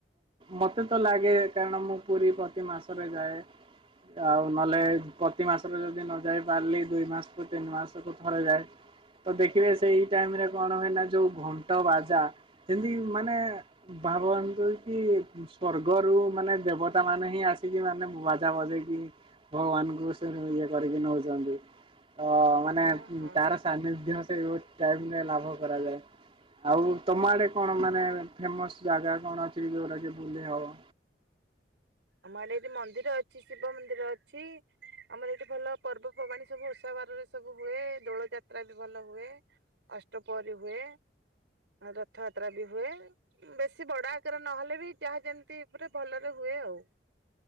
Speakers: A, on the right (about 30°); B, on the right (about 80°).
A: ମତେ ତ ଲାଗେ କାରଣ ମୁଁ ପୁରୀ ପ୍ରତି ମାସରେ ଯାଏ ଆଉ ନହେଲେ ପ୍ରତି ମାସରେ ଯଦି ନ ଯାଇ ପାରିଲି ଦୁଇ ମାସକୁ ତିନି ମାସକୁ ଥରେ ଯାଏ ତ ଦେଖିବେ ସେଇ ଟାଇମ୍ ରେ କଣ ହୁଏନା ଯୋଉ ଘଣ୍ଟ ବାଜା ଯେମିତି ମାନେ ଭାବନ୍ତୁ କି ସ୍ଵର୍ଗରୁ ମାନେ ଦେବତା ମାନେ ହିଁ ଆସିକି ମାନେ ବାଜା ବାଜେଇକି ଭଗବାନଙ୍କୁ ଇଏ କରିକି ନଉଚନ୍ତି। ଅ ମାନେ
B: ହଁ ହଁ
A: ତାର ସାନିଧ୍ୟ ସେଇ ରେ ଲାଭ କରାଯାଏ। ଆଉ ତମ ଆଡେ କଣ ମାନେ ଫେମସ ଜାଗା କଣ ଅଛି ଯୋଉଟା କି ବୁଲି ହବ?
B: ଆମ ଆଡ଼େ ଏଠି ମନ୍ଦିର ଅଛି ଶିବ ମନ୍ଦିର ଅଛି। ଆମର ଏଇଠି ଭଲ ପର୍ବପର୍ବାଣି ସବୁ ଓଷା ବାରରେ ସବୁ ହୁଏ। ଦୋଳ ଯାତ୍ରା ବି ଭଲ ହୁଏ। ଅଷ୍ଟପହରି ହୁଏ ରଥଯାତ୍ରା ବି ହୁଏ। ବେଶୀ ବଡ ଆକାରରେ ନହେଲେ ବି ଯାହା ଯେମିତି ପ ଭଲରେ ହୁଏ ଆଉ।